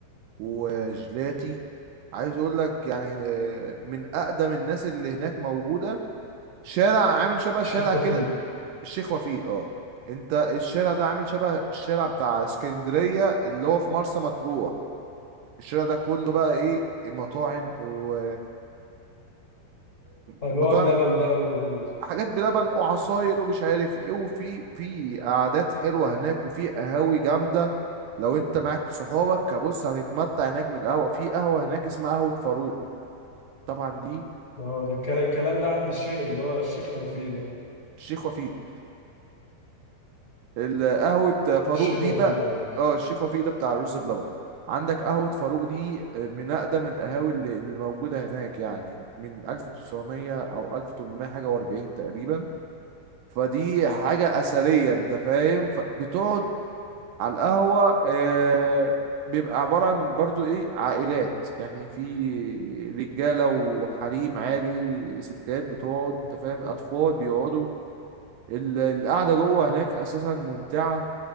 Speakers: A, on the right; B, on the left.
A: وجلاتي عايز اقول لك يعني آه، من اقدم الناس اللي هناك موجوده شارع عامل شبه
B: الشيخ
A: شارع
B: وفيق
A: كده الشيخ وفيق اه انت الشارع ده عامل شبه الشارع بتاع اسكندريه اللي هو في مرسى مطروح الشارع ده كله بقى ايه مطاعم و...
B: اللي
A: ومطاعم
B: هو بلبن بقى و...
A: حاجات بلبن وعصاير ومش عارف ايه وفي في قعدات حلوه هناك وفي قهاوي جامده لو انت معاك صحابك هبص هتتمتع هناك من القهوه في قهوه هناك اسمها قهوه فاروق طبعا دي
B: آه، ده الكلا- الكلام ده عند الشيخ اللي هو الشيخ توفيق ده
A: الشيخ وفيق القهوة فاروق
B: الشيخ
A: دي
B: وفيق
A: بقى
B: اه
A: اه الشيخ وفيق ده بتاع الرز بلبن عندك قهوة فاروق دي من أقدم القهاوي اللي اللي موجودة هناك يعني من 1900 أو 1800 حاجة و40 تقريبا فدي حاجة أثرية أنت فاهم فبتقعد على القهوة آه بيبقى عبارة عن برضو إيه عائلات يعني في رجالة وحريم عادي ستات بتقعد أنت فاهم أطفال بيقعدوا ال- القعدة جوه هناك أساسا ممتعة